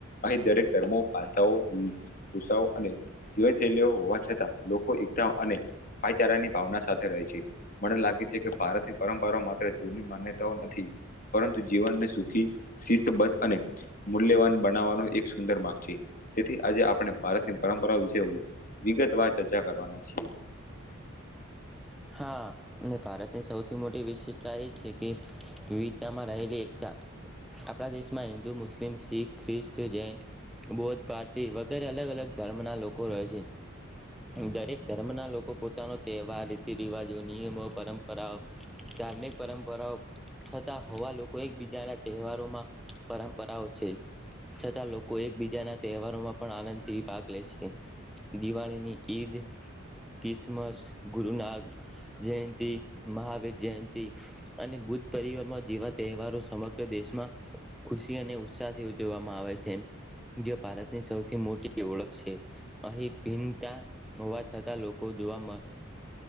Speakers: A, on the left; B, in the centre.
A: અહીં દરેક ધર્મો પાસાઓ, ભૂષાઓ અને જીવનશૈલીઓ હોવા છતાં લોકો એકતા અને ભાઈચારા ની ભાવના સાથે રહે છે. મને લાગે છે કે ભારતની પરંપરા માત્ર જૂની માન્યતાઓ નથી. પરંતુ જીવનને સુખી, શિસ્તબદ્ધ અને મૂલ્યવાન બનાવવાનો એક સુંદર માર્ગ છે. તેથી આજે આપણે ભારતની પરંપરા વિશે વિગતવાર ચર્ચા કરવાના છીએ. <inaudible>
B: હા, અને ભારતની સૌથી મોટી વિશેષતા એ છે કે વિવિધતામાં રહેલી એકતા. આપણા દેશમાં હિન્દુ, મુસ્લિમ, શીખ, ખ્રિસ્તી, જૈન, બૌદ્ધ, પારસી વગેરે અલગ-અલગ ધર્મ ના લોકો રહે છે. દરેક ધર્મ ના લોકો પોતાનો તહેવાર તિ-રીવાજો, નિયમો, પરંપરાઓ, ધાર્મિક પરંપરાઓ છતાં હોવા લોકો એકબીજાના તહેવારોમાં પરંપરાઓ છે. છતાં લોકો એકબીજાના તહેવારોમાં પણ આનંદથી ભાગ લે છે દિવાળીની ઈદ ક્રિસમસ ગુરુનાગ. જયંત મહાવીર જયંતિ અને બુદ્ધ પરિવાર માં જેવા તહેવારો. મગ્ર દેશમાં ખુશી અને ઉત્સાહથી ઉજવવામાં આવે છે. જે ભારતની સૌથી મોટી ઓળખ છે અહીં ભિન્નતા હોવા છતાં લોકો જોવામાં